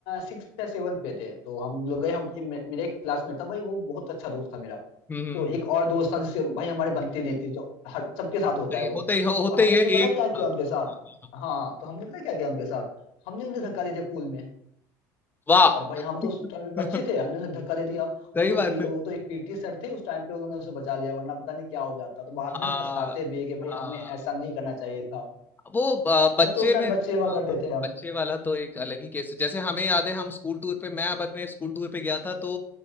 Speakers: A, on the left (about 75°); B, on the left (about 20°).
A: सिक्स या सेवन्थ पे थे तो हम लोग गए हम मे- मेरे एक क्लासमेट था भाई वो बहुत अच्छा दोस्त था मेरा
B: हम्म हम्म,
A: तो
B: हम्म।
A: एक और दोस्त था जिसके भाई हमारी बनती नहीं थी जो हर सबके साथ होता
B: होते
A: है
B: ही
A: वो
B: होते ही हो- होते
A: और हमने
B: ही है एक
A: पता क्या किया
B: हाँ,
A: उनके साथ
B: हाँ, हाँ, हाँ।
A: हाँ तो हमने पता क्या किया उनके साथ हमने उन्हें धक्का दे दिया पूल में
B: वाह
A: और भाई हम तो
B: <laughs>
A: उस टाइम पे बच्चे थे हमने उसे धक्का दे दिया
B: सही
A: वो तो पी,
B: बात है
A: वो तो एक पीटी सर थे उस टाइम पे उन्होंने उसे बचा लिया वरना पता नहीं क्या हो जाता तो बाद
B: हाँ
A: में हम पछताते भी है कि भाई
B: हाँ
A: हमें ऐसा नहीं करना चाहिए था
B: वो ब- बच्चे
A: बट तो उस टाइम
B: में
A: बच्चे
B: हाँ,
A: हुआ करते
B: हाँ,
A: थे हम
B: बच्चे वाला तो एक अलग ही केस है जैसे हमें याद है हम स्कूल टूर पे मैं अब अपने स्कूल टूर पे गया था तो